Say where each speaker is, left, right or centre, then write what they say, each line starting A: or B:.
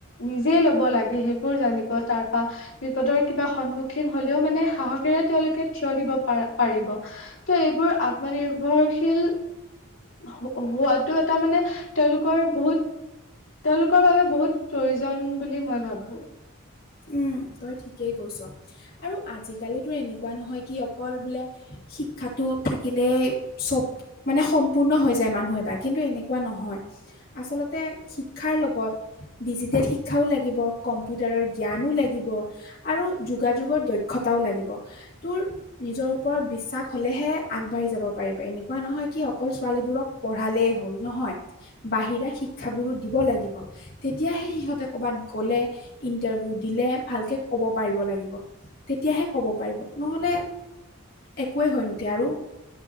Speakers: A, on the left; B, on the left.
A: নিজে ল'ব লাগে সেইবোৰ জানিব তাৰপা বিপদৰ কিবা সন্মুখীন হলেও মানে সাহসেৰে তেওঁলোকে থিয় দিব প পাৰিব। ত এইবোৰ আত্মনিৰ্ভৰশীল হোৱাটো এটা মানে তেওঁলোকৰ বহুত তেওঁলোকৰ বাবে বহুত প্ৰয়োজন বুলি মই ভাবোঁ।
B: উম তই ঠিকেই কৈছ আৰু আজিকালিতো এনেকোৱা নহয় কি অকল বোলে শিক্ষাটো থাকিলেই চব মানে সম্পূৰ্ণ হৈ যায় মানুহ এটা কিন্তু এনেকুৱা নহয়। আচলতে শিক্ষাৰ লগত ডিজিটেল শিক্ষাও লাগিব কম্পিউটাৰৰ। জ্ঞানো লাগিব আৰু যোগাযোগৰ দক্ষতাও লাগিব, তোৰ নিজৰ ওপৰত। বিশ্বাস হলেহে আগবাঢ়ি যাব পাৰিবি এনেকুৱা নহয় কি অকল ছোৱালীবোৰক পঢ়ালেই হ'ল নহয়। বাহিৰা শিক্ষাবোৰো দিব লাগিব তেতিয়াহে সিহঁতে ক'ৰবাত গ'লে। ইণ্টাৰভিউ দিলে ভালকৈ ক'ব পাৰিব লাগিব তেতিয়াহে ক'ব পাৰিব নহ'লে। একোৱেই হৈ নুঠে আৰু।